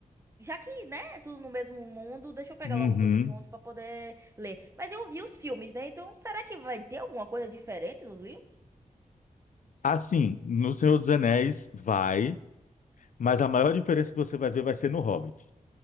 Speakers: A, on the right; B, on the left.
A: já que, né, é tudo no mesmo mundo, deixa eu pegar
B: Uhum.
A: logo tudo junto pra poder ler. Mas eu vi os filmes, né? Então, será que vai ter alguma coisa diferente nos livros?
B: Assim, no Senhor dos Anéis vai, mas a maior diferença que você vai ver vai ser no Hobbit.